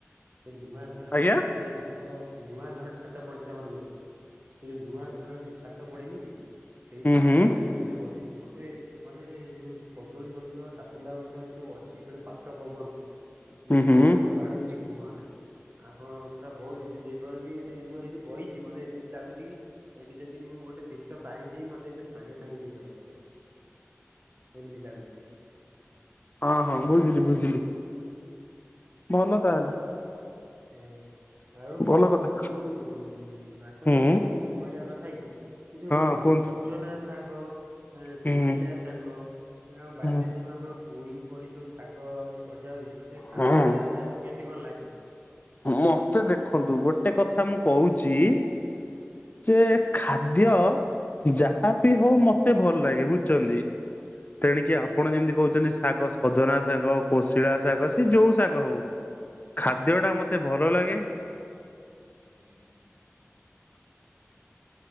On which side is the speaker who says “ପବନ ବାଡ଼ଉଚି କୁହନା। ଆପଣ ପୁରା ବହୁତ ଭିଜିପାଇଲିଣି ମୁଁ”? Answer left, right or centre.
Right